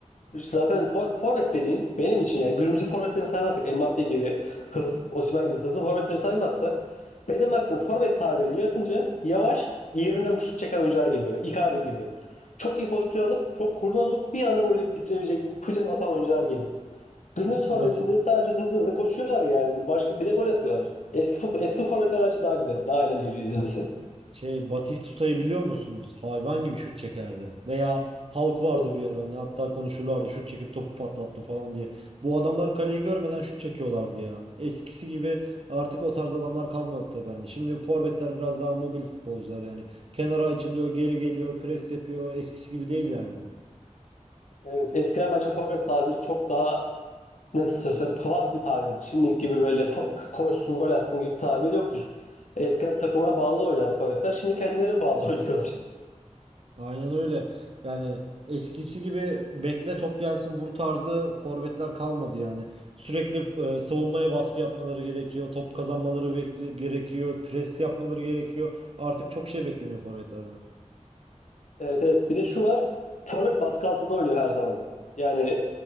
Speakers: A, on the left; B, on the right.
A: zaten for, forvet dediğin benim için yani günümüzü forvetlerini saymazsak Mbappe gibi hız, Osimhen gibi hızlı forvetleri saymazsak benim aklım forvet tabiri yatınca yavaş yerinde şut çeken oyuncular geliyor. Icardi gibi. Çok iyi pozisyon alıp çok kurnaz olup bir anda böyle bitirebilecek füze atan oyuncular geliyor. Günümüz forvetinde
B: Bat
A: sadece hızlı hızlı koşuyorlar yani. Başka bir de gol atıyorlar. Eski futbol, eski forvetler bence daha güzel, daha eğlenceli izlemesi.
B: Şey Batistuta'yı biliyor musunuz? Hayvan gibi şut çekerdi. Veya Hulk vardı
A: Evet.
B: bir ara. Hani hatta konuşurlardı şut çekip topu patlattı falan diye. Bu adamlar kaleyi görmeden şut çekiyorlardı ya. Eskisi gibi artık o tarz adamlar kalmadı tabii hani. Şimdi forvetler biraz daha mobil futbolcular yani. Kenara açılıyor, geri geliyor, pres yapıyor. Eskisi gibi değil yani.
A: Evet, eskiden bence forvet tabiri çok daha nasıl söylesem klas bir tabirdi. Şimdiki gibi böyle fo- koşsun gol atsın gibi bir tabir yoktur. Eskiden takımına bağlı oynardı forvetler. Şimdi kendilerine bağlı <laughs> oynuyorlar.
B: Aynen öyle. Yani eskisi gibi bekle top gelsin vur tarzı forvetler kalmadı yani. Sürekli e, savunmaya baskı yapmaları gerekiyor. Top kazanmaları bekle- gerekiyor. Pres yapmaları gerekiyor. Artık çok şey bekleniyor forvetlerden.
A: Evet evet. Bir de şu var. Forvet baskı altında oynuyor her zaman. Yani